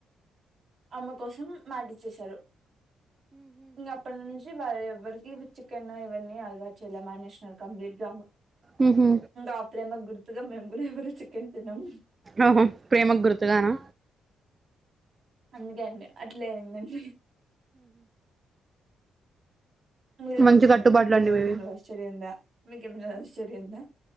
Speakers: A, on the right; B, on the right.
A: అమ్మ కోసం మాటిచ్చేసాడు ఇంగ అప్పటి నుంచి చి వారెవ్వరికి చికెన్ ఇవన్నీ అలవాటు చేయలె మానేసినారు కంప్లీట్ గా
B: ఉమ్ హు
A: అ ప్రేమ గుర్తుగా మేము గూడ ఎవ్వరు చికెన్ తినము
B: ఆహా ప్రేమకు గుర్తుగానా
A: అందుకే అండి అట్లేయిందండి మీరెందుకు
B: మంచి
A: తినరు?
B: కట్టుబాట్లు
A: మీ గ్గుడా
B: అండి
A: ఏమైనా
B: మీవి
A: లవ్ స్టోరీ ఉందా? మీకేమైనా లవ్ స్టోరీ ఉందా?